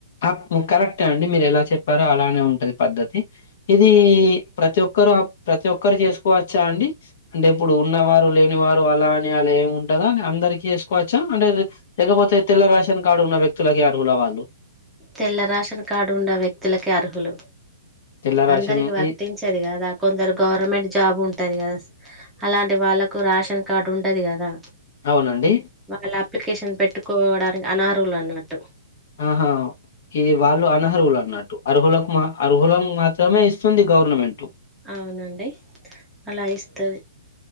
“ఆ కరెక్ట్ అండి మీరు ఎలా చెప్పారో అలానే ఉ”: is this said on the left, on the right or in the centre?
Left